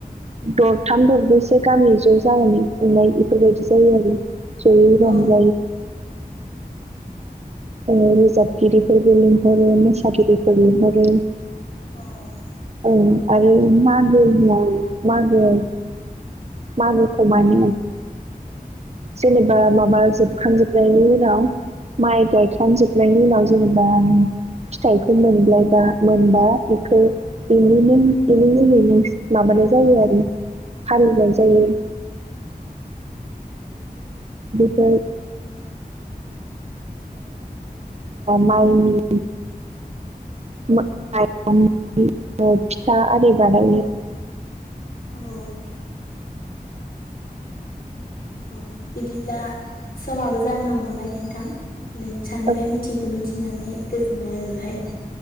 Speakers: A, on the right; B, on the left.
A: दरथाम दरब्रैसो गामि ज' जानानै खुंनाय बेफोरबायदि जायो आरो जयै रंजायो
B: औ
A: रोजाबगिरिफोरबो लिंहरो मोसागिरिफोर लिंहरो
B: औव
A: ओं आरो मागो होन मागो मागोखौ मान जेनेबा माबा जोबखांजोबनायनि उ माइ गायखांजोबनायनि उनाव जेनेबा नोंङो फिथाइखौ मोनायबा मोनबा बेखौ बेनि नों बेनि जै नों माबानाय जायो आरो फालिनाय फोर ब म माइरं फिथा आरि बानायायो।
B: औव औ बिदिब्ला समाबो जानो हमबाय नोंथां? नोंसांनिफ्राय
A: ओ
B: मिथियखो मिथिनानै गोजोननाय मोनबाय